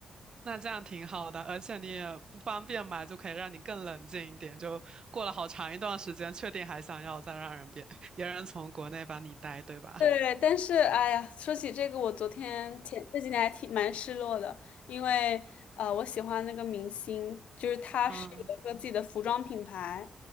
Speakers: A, on the right; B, on the left.
A: 那这样挺好的，而且你也不方便买，就可以让你更冷静一点。就过了好长一段时间，确定还想要，再让人别 <laughs> 别人从国内把你带，对吧？
B: 对，但是哎呀，说起这个，我昨天前这几天还挺蛮失落的，因为呃，我喜欢那个明星，就是他是有一个自己的服装品牌，
A: 嗯